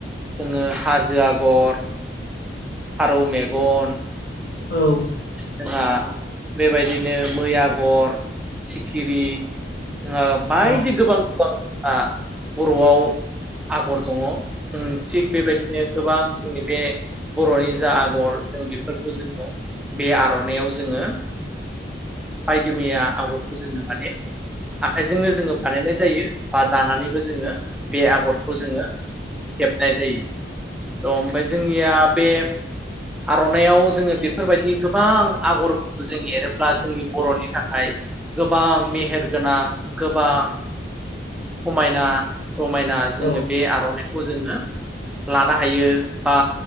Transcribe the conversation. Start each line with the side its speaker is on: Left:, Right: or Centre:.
Centre: जोङो हाजो आगर फारौ मेगन
Left: औ
Centre: जोंहा बेबायदिनो मै आगर सिखिरि जोङो बायदि
Left: औ
Centre: गोबां गोबां जोंहा बर'आव आगर दङ जों थिग बेबायदिनो गोबां जोंनि बे बर'नि जा आगर जों बेफोरखौ जोङो बे आर'नायाव जोङो बायदि मैया आगरखौ जोङो माने आखाइजोंनो जोङो बानायनाय जायो बा दानानैबो जोङो बे आगर खौ जोङो हेबनाय जायो त ओमफ्राय जोंनिया बे आर'नाइआव जोङो बे बेफोरबायदि गोबां आगरफोरखौ जों एरोब्ला जोंनि बर'नि थाखाय गोबां मेहेर गोनां गोबां समायना रमायना जोङो
Left: औ
Centre: बे आर'नाइखौ जोङो ला नो हायो बा